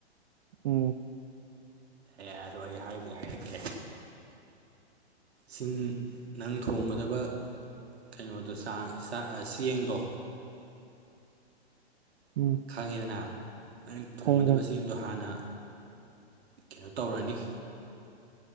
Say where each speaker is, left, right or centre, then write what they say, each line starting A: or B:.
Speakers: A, on the right; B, on the right.
A: ꯎꯝ
B: ꯌꯥ ꯑꯗꯣ ꯑꯩ ꯍꯥꯏꯕꯨꯗꯤ ꯍꯥꯏꯔꯛꯀꯦ ꯁꯤꯡ ꯅꯪ ꯊꯣꯡꯒꯗꯕ ꯀꯩꯅꯣꯗꯣ ꯆꯦꯡꯗꯣ
A: ꯎꯝ
B: ꯈꯪꯉꯤꯗꯅ ꯅꯩꯅ ꯊꯣꯡꯒꯗꯕꯁꯤꯡꯗꯣ
A: ꯈꯪꯉꯦ ꯈꯪꯉꯦ
B: ꯍꯥꯟꯅ ꯀꯩꯅꯣ ꯇꯧꯔꯅꯤ